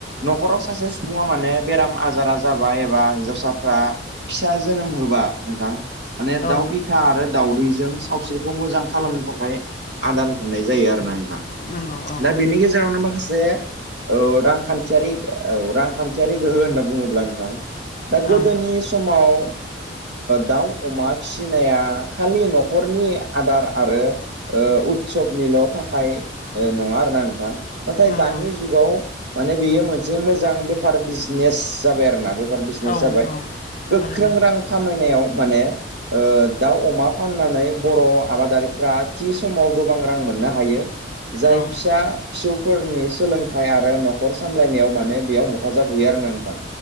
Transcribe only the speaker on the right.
न'खराव सासे सुबुङा माने बेराम आजारा जाबा एबा हिन्जावसाफ्रा फिसा जोनोम होबा नोंथां माने दाउ
बिखा आरो दाउदै जों सावस्रिखौ मोजां खालामनो थाखाय आदार होननाय जायो आरो ना नोंथां
दा बेनि गेजेरावनो माखासे औ रांखान्थियारि औ रांखान्थियारि गोहो होनना बुङोब्ला नोंथां दा गोदोनि
समाव दाउ अमा फिसिनाया खालि न'खर नखरनि आदार आरो उत्सबनिल' थाखाय नङा आरोना नोंथां नाथाय
दानि जुगाव माने बेयो मोनसे मोजां बेफार बिजनेस जाबाय आरो ना बे ज
गोख्रों
रां खामनाय म दामा फ नानै बर' आबादारिफ्रा थि समाव गोबां रां मोननो हायो जाय
फिसा फिसौफोरनि सोलोंथाइ आरो न'खर सामलायनायाव माने बेयाव हेफाजाब होयो आरो ननानै दा